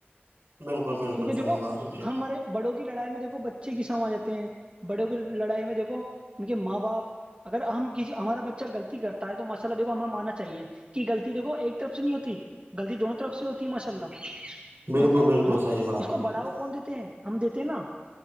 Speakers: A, on the right; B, on the right.
A: بالکل بالکل
B: کیونکہ دیکھو
A: صحیح بات ہے جی
B: ہمارے بڑوں کی لڑائی میں دیکھو بچے کسام آ جاتے ہیں بڑوں کی لڑائی میں دیکھو ان کے ماں باپ اگر ہم کسی ہمارا بچہ غلطی کرتا ہے تو ماء اللہ دیکھو ہمیں ماننا چاہیے کہ غطی دیکو ایک طرف سے نہیں ہوتی غلطی دونوں طرف سے ہوتی ہے ماشاء اللہ کیونکہ
A: بالکل بالکل
B: ہاں
A: صحیح بات
B: اس کو
A: ہے
B: بڑھاوا
A: جی جی
B: کون د ہم دیتے ہیں نا